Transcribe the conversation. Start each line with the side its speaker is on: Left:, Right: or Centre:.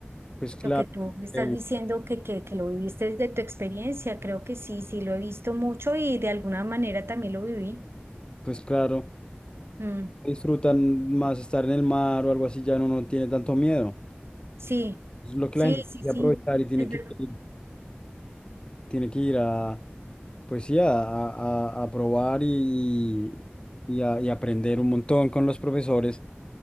Left: Pues claro,
Right: Lo que tú me estás
Left: eh,
Right: diciendo que, que, que lo viviste desde tu experiencia, creo que sí, sí, lo he visto mucho y de alguna manera también lo viví.
Left: pues claro.
Right: Mm,
Left: disfrutan más estar en el mar o algo así, ya no, no tiene tanto miedo.
Right: sí,
Left: Es lo que
Right: sí,
Left: la gente tiene
Right: sí,
Left: que
Right: sí,
Left: aprovechar y tiene
Right: es
Left: que,
Right: verdad.
Left: ir, tiene que ir a, pues sí, a, a- a- a probar y, y, a- y aprender un montón con los profesores,